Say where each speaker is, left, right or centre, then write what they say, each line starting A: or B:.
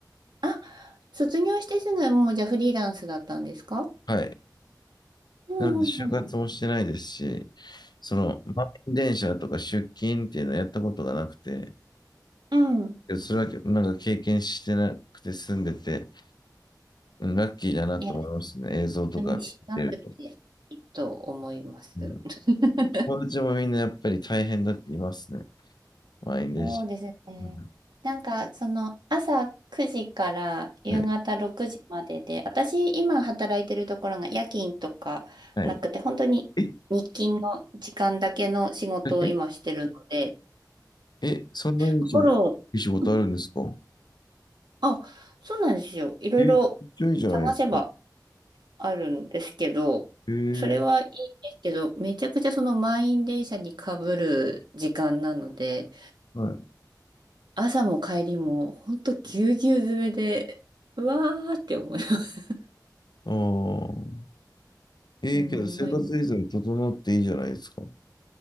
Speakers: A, on the right; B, on the left.
A: あ、卒業してすぐ、もうじゃあフリーランスだったんですか
B: はい。
A: うんうんうん。
B: なので、就活もしてないですし、その、満員電車とか出勤っていうのをやったことがなくて、
A: うん、うん。
B: いやそれはなんか経験してなくて住んでて、うんラッキーだなと思いますね、
A: いや、
B: 映像とか見てると。
A: 楽しなくていいと思います。
B: うん、
A: <laughs>
B: 友達もみんなやっぱり大変だって言いますね、満員電車。
A: そうですね。
B: うん
A: なんか、その、朝9時から夕方6時までで、
B: ね、
A: 私、今働いてるところが夜勤とかなくて、
B: はい。
A: 本当に日勤の時間だけの仕事を今してるので、
B: え、だけえ、そんなにいい仕事いい仕事あるんですか
A: フォロー、うんあ、そうなんですよ。いろいろ探せば
B: え、めっちゃいいじゃないですか。
A: あるんですけど、
B: ええ
A: それはいいんですけど、めちゃくちゃその満員電車にかぶる時間なので、
B: はい
A: 朝も帰りも、ほんとぎゅうぎゅう詰めで、うわーって思います。
B: ああえけど生活水準整っていいじゃないですか
A: すんごい。